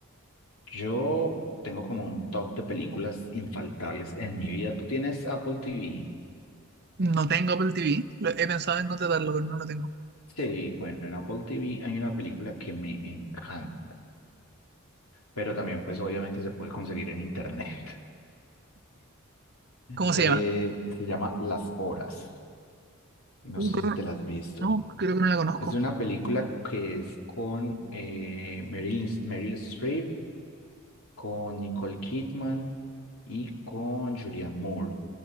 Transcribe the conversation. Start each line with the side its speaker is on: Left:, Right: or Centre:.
Left: yo tengo como un top de películas infaltables en mi vida. ¿Tú tienes Apple TV?
Right: No tengo Apple TV. Lo- he pensado en contratarlo, pero no lo tengo.
Left: Sí, bueno, en Apple TV hay una película que me encanta, pero también pues obviamente se puede conseguir en internet. <laughs>
Right: ¿Cómo
Left: Eh,
Right: se llama?
Left: se llama Las Horas. No
Right: Uh,
Left: sé
Right: creo-
Left: si te las has visto.
Right: no, creo que no la conozco.
Left: Es una película que es con eh, Meryl, Meryl Streep con Nicole Kidman y con Julianne Moore.